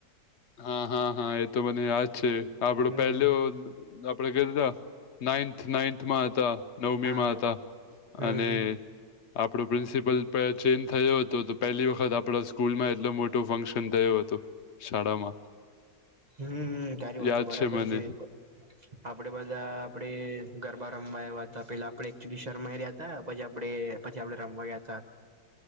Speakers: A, on the left; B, on the right.
A: હા હા હા એ તો મને યાદ છે આપડો
B: હમ
A: પહેલ. આપડે કીધા નાઈન્થ નાઈન્થ માં હતા. નવમી
B: હા
A: મા હતા
B: હમ
A: અને. આપડો પ્રિન્સિપલ ચેન્જ થયો હતો તો પહેલી વખત આપણા સ્કૂલમાં. એટલ મોટો ફંક્શન થયું હતું શાળામાં.
B: હમ તારી વાત
A: યાદ
B: બરાબર
A: મને
B: છે. આપડે બધા આપડે ગરબા રમવા આવ્યા હતા પેલા આપડે એક શરમાઈ રહ્યા હતા. પછજી આપડે પછા આપડે રમવા ગયા તા